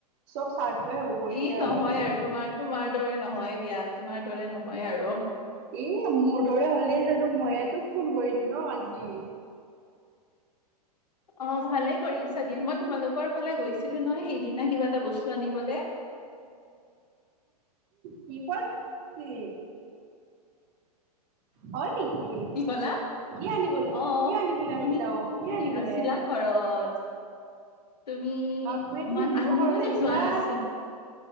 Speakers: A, on the right; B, on the left.
A: চব স্বাৰ্থ হৈ পৰিছে
B: ই
A: আৰু
B: নহয়
A: আজিকালি
B: তোমাৰ তোমাৰ দৰে নহয় দিয়া তোমাৰ দৰে নহয় আৰু
A: এ মোৰ দৰে হ'লেই জানো মইয়ে তোক ফোন কৰিলো ন আজি
B: অ ভালে কৰিছা দিয়া মই তোমালোকৰ ফালে গৈছিলো নহয় সেইদিনা কিবা এটা বস্তু আনিবলে
A: কি হ'ল কি হয় নেকি
B: কি ক'লা
A: কি আনিবলে
B: অ
A: কি আনিবলে আহিছা
B: তুমি
A: অ কি আনিবলে
B: নাছিলা ঘৰত তুমি
A: বাপৰে তুমি
B: মই
A: মোৰ
B: আনিবলে
A: ঘৰত আহিছা
B: যোৱা নাছিলো